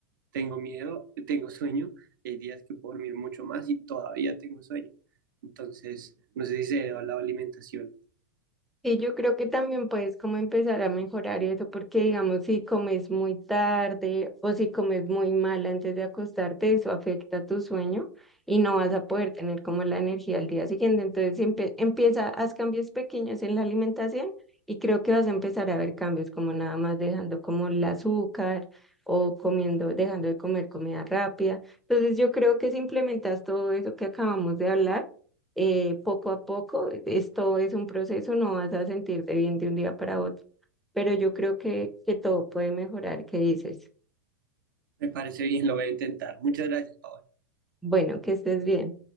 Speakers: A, on the right; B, in the centre.
A: tengo miedo, tengo sueño, hay días que puedo dormir mucho más y todavía tengo sueño. Entonces, no sé si se debe a la alimentación.
B: Y yo creo que también puedes como empezar a mejorar eso, porque digamos, si comes muy tarde o si comes muy mal antes de acostarte, eso afecta tu sueño y no vas a poder tener como la energía al día siguiente. Entonces, empie- empieza, haz cambios pequeños en la alimentación y creo que vas a empezar a ver cambios como nada más dejando como el azúcar o comiendo, dejando de comer comida rápida. Entonces, yo creo que si implementas todo eso que acabamos de hablar, eh, poco a poco, esto es un proceso, no vas a sentirte bien de un día para otro, pero yo creo que, que todo puede mejorar, ¿qué dices?
A: Me parece bien, lo voy a intentar. Muchas gracias, Pablo.
B: Bueno, que estés bien.